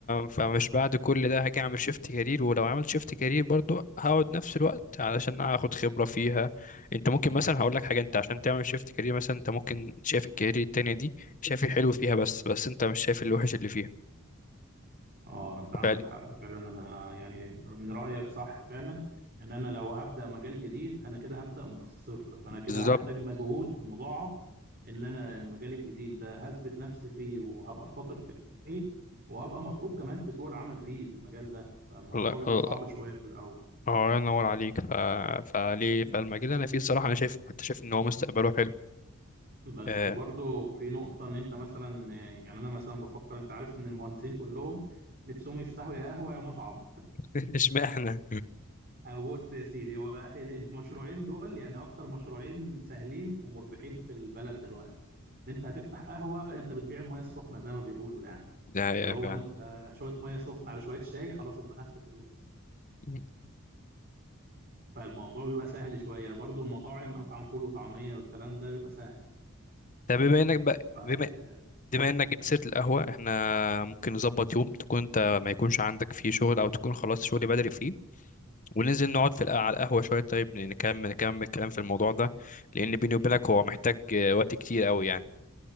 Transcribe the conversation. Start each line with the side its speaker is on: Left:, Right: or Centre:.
Left: فمش بعد كل ده هاجي اعمل شيفت كارير ولو عملت شيفت كارير برضو هقعد نفس الوقت علشان اخد خبرة فيها انت ممكن مثلا هقول لك حاجة انت عشان تعمل شيفت كارير مثلا انت ممكن شايف الكارير التانية دي شايف الحلو فيها بس بس انت مش شايف الوحش اللي فيها
Right: اه انت عندك
Left: ف-
Right: حق فعلا انا يعني من رأيك صح فعلا ان انا لو هبدأ مجال جديد انا كده هبدأ من الصفر فانا كده
Left: بالظبط
Right: هحتاج مجهود مضاعف ان انا المجال الجديد ده هثبت نفسي فيه وهبقى شاطر فيه وهبقى مطلوب كمان في سوق العمل فيه في المجال ده فالموضوع
Left: الله
Right: بيبقى
Left: الله
Right: صعب شوية في الأول
Left: الله ينور عليك ف... فليه فالمجال اللي انا فيه الصراحة انا شايف حتى شايف ان هو مستقبله حلو
Right: بس
Left: آه،
Right: برضو في نقطة إن أنت مثلا يعني أنا مثلا بفكر أنت عارف إن المهندسين كلهم نفسهم يفتحوا يا قهوة يا مطعم
Left: <laughs> اشمعنى
Right: أو بص يا سيدي هو ال- المشروعين دول يعني أكتر مشروعين سهلين ومربحين في البلد دلوقتي إن أنت هتفتح قهوة أنت بتبيع المياه السخنة زي ما بيقولوا يعني
Left: ده هي
Right: اللي هو
Left: فعلا
Right: أنت شوية مياه سخنة على شوية شاي خلاص أنت خدت فلوس
Left: مم.
Right: فالموضوع بيبقى سهل شوية برضو المطاعم مطعم فول وطعمية والكلام ده بيبقى سهل
Left: طب بما انك بقى
Right: ف
Left: بما بما انك جبت سيره القهوه احنا ممكن نظبط يوم تكون انت ما يكونش عندك فيه شغل او تكون خلاص شغلي بدري فيه وننزل نقعد في الق- على القهوه شويه طيب نكمل نكمل الكلام في الموضوع ده لان بيني وبينك هو محتاج آه، وقت كتير قوي يعني